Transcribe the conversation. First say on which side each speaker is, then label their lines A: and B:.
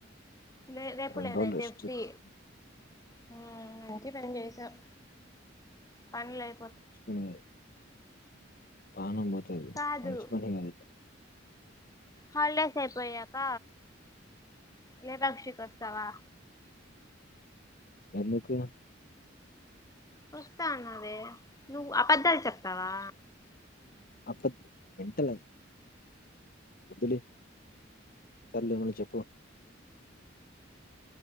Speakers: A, on the left; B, on the left.
A: లే రేపు
B: రెండు
A: లేదైతే
B: రోజులు రెస్ట్
A: ఫ్రీ
B: మంచి
A: ఊ మంచి పని చేశావ్ పనులే అయి
B: ఉన్నాయ్ పానం పోతది
A: కాదు
B: మంచి పని కాదు
A: హాలిడేస్ అయిపోయాక లేపాక్షికి వస్తావా
B: ఎందుకు
A: వస్తా అన్నవే నువ్వు అబద్దాలు చెప్తావా
B: అబద్ధ మెంటల్ వద్దులే సర్లే ఏమన్నా చెప్పు